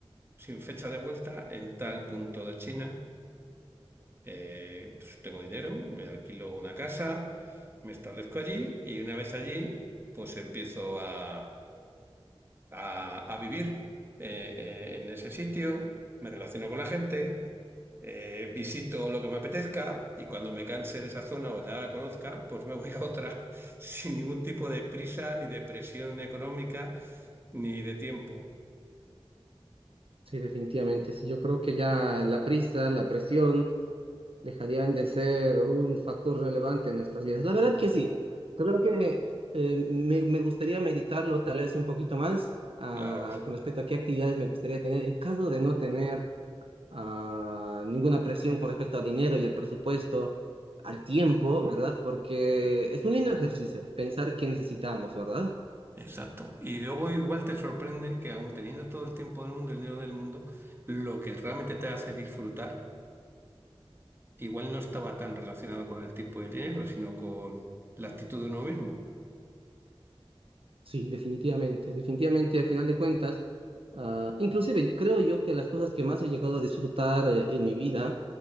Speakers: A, on the right (about 25°); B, on the right (about 65°).
A: sin fecha de vuelta en tal punto de China. Eh, pues tengo dinero, me alquilo una casa, me establezco allí y una vez allí, pues empiezo a a, a vivir eh, eh, en ese sitio, me relaciono con la gente, eh, visito lo que me apetezca y cuando me canse de esa zona o ya la conozca, pues me voy a otra <laughs> sin ningún tipo de prisa, ni de presión económica, ni de tiempo.
B: Sí, definitivamente. Sí, yo creo que ya la prisa, la presión dejarían de ser un factor relevante en nuestras vidas. La verdad que sí, creo que eh, me, me gustaría meditarlo tal vez un poquito más ah,
A: Claro,
B: con respecto a qué actividades me gustaría tener en caso de no tener ah, ninguna presión con respecto al dinero y al presupuesto, al tiempo, ¿verdad? Porque es un lindo ejercicio pensar qué necesitamos, ¿verdad?
A: exacto. Y luego igual te sorprende que aun teniendo todo el tiempo del mundo, el dinero del mundo, lo que realmente te hace disfrutar, igual no estaba tan relacionado con el tiempo y el dinero, sino con la actitud de uno mismo.
B: Sí, definitivamente, definitivamente, al final de cuentas, ah, inclusive creo yo que las cosas que más he llegado a disfrutar eh, en mi vida